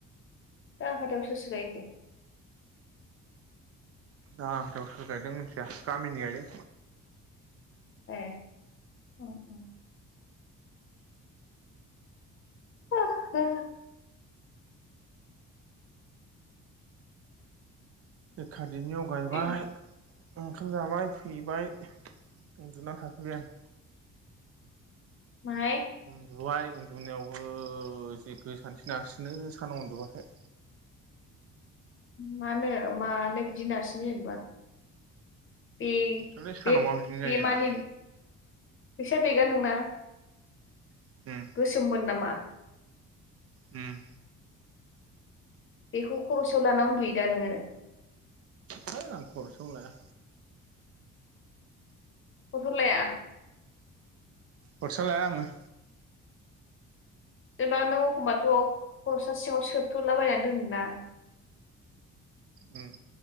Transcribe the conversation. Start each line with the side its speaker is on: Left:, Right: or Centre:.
Left: दा आफादआव सोर सोर गायखो?
Right: दा दाव सोर सोर गायदों मिथिया गामिनि गायदों।
Left: ए उम उम आं हा
Right: ए <unintelligible> फादेबनियाव गायबाय
Left: उम।
Right: ओंखाम जाबाय हैेबाय उन्दुना थाखोबबाय आं
Left: माहाय?
Right: उन्दुबाय उन्दुनायावबो जि गोसानथि नारसिनो सानाव उन्दुबथाय।
Left: मानो मानो बिदि नारसिनो‌ जेनेबा? बे
Right: सोरलै सानावबा
Left: बेग
Right: बिदिनो
Left: बे
Right: जायो आंना
Left: मानि फैसा गैगा नोंना?
Right: उम
Left: गोसोमोन नामा?
Right: उम
Left: बेखौ खरसआव लाना उन्दुयोदा नोङो?
Right: होद आं खरसायाव लाया।
Left: खर सायाव लाया?
Right: खरसा लाया आङो।
Left: जेनेबा नों एखमबाथ खरसा सिङाव सोथलाबायना दोनोना।
Right: उम